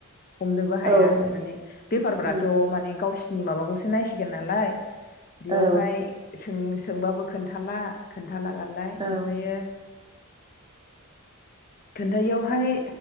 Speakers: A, on the left; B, on the right.
A: हमनोबो हाया
B: औ
A: माने बेफारफ्राथ'
B: उम
A: माने गावस नि माबाखौसो नायसिगोन नालाय बेयावहाय
B: औ
A: सों सोंबाबो खोन्थाला खोन <unintelligible> लालाय
B: औ
A: ओमफ्रायो खोन्थायियावहाय